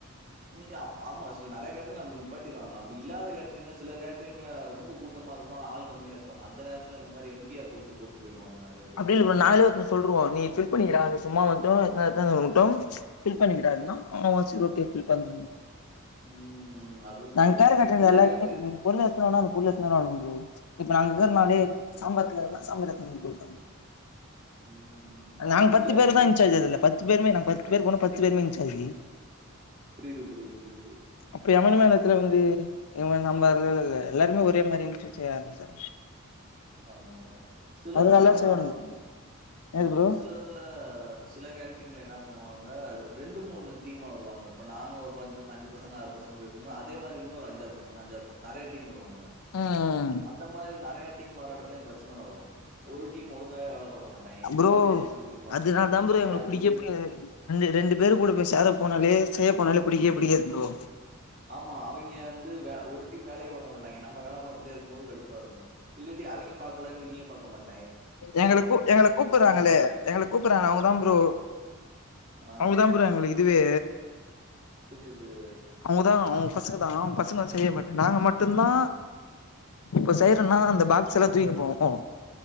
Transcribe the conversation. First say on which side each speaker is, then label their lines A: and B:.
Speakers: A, on the right (about 40°); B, on the left (about 80°).
A: இங்க அப்ப ஆமா சில நிறய கேட்ரீங்கள அப்டி நீப்படிருவாங்க அப்டி இல்லாத கேட்டீங்க சில கேட் ட்ரிங்கள ரொம்ப கூட்டமா இருக்கு ஆன ஆள் கம்மியா இருப்பாங்க அந்த நேரத்து இந்த மாரி எம்டியா போட்டு போட்டு போயிடுவானுங்க நிறய
B: அப்டி இல்ல ப்ரோ நாகளே ஒருத்தன்ட சொல்லுவோ நீ பில் பண்ணிக்கடா சும்மா மட்டும் <unintelligible> ஃபில் பண்ணிக்கிட்டானா அவ செரி ஓகே ஃபில் பன்
A: ம் அதுவும்
B: நாங்க
A: கரெக்ட்
B: கரு
A: தான்.
B: கட்டுறல
A: சில
B: எல்லாருங்குமே
A: கேட்டரிங்
B: பொருள் எடுதுன்னு வான அந்த பொருள எதுதானே ஆகனும் ப்ரோ இப்ப நாங்க முதல்னாலே
A: ஆ.
B: சாம்பார் வேணுன்னா சாம்பார் எத்துன்னு போய் குடுப்பே
A: ம்
B: நாங்க பத்து
A: சில
B: பேரு
A: கேட்டரிங்
B: தா இன்சார்ஜ் அதுல்ல பத்து பேருமே நாங்க பத்து பேரு போனோ பத்து பேருமே இன்சார்ஜ்
A: புரிது புரிது புரிது
B: அப்ப எவனுமே அந்தயேத்துல வந்து நம்ம அ இ எல்லாருமே ஒரே மாரி ஆரம்பிச்சு
A: ஆமா ஆமா சில இதுல
B: நல்லா
A: என்ன
B: செய்வானுங்க
A: ஆகும்
B: என்னது
A: ஆமா
B: ப்ரோ
A: சில இதுல சில கேட்ரிங்ல என்ன பண்ணுவாங்க ரெண்டு மூணு டீமா வருவாங்க இப்ப நாங்க ஒரு பத் த்து அஞ்சு பசங்க ஆறு பசங்க இருப்போல்ல அதே மாரி இன்னொரு அஞ்சு ஆறு பசங்க அஞ்சாறு பேர் நெறய டீம் வருவாங்க
B: ம் ம்
A: இந்த மாரி நறய டீம் வர எடத்துலயும் பிரச்சன வரும் ஒரு டீம் ஒழுங்காவே வேல பாக்க மாயிட்டாங்க இவங்க
B: ப்ரோ
A: வந்து என்டா சொல்லிட்டு இருப்பானுங்க
B: அதனால தா ப்ரோ
A: இதே
B: எங்களுக்கு
A: அந்த
B: புடிக்கவே
A: டீம்
B: புடிக்காது ரெண்டு ரெண்டு பேரு கூட போய் சேர போனாலே செய்ய போனாலே புடிக்கே புடிக்காது
A: ஆமா அவிங்க வந்து வே ஒரு டீம் வேலயே பாக்க மாட்டாங்க நம்ம வேல பாத்துட்டே இருக்கும்போது கடுப்பா இருக்கும் இல்லாட்டி அவிங்க பாக்கலனு இவிங்க பாக்கமாட்
B: எங்கள கூப் எங்கள கூப்பிறாங்களே
A: இருப்பானு
B: எங்கள கூப்பறாங்க அவங்கதா ப்ரோ
A: ஆ
B: அவங்கதா ப்ரோ எங்களுகு இதுவே
A: புரியுது புரியுது
B: அவுங்கதா அவுக பசங்க தா அவ பசங்க வந்து செய்யவே மாட்டாங்க நாங்க மட்டுந்தா இப்போ செய்றன்னா அந்த பாக்ஸ் எல்லா தூக்கினு போவோ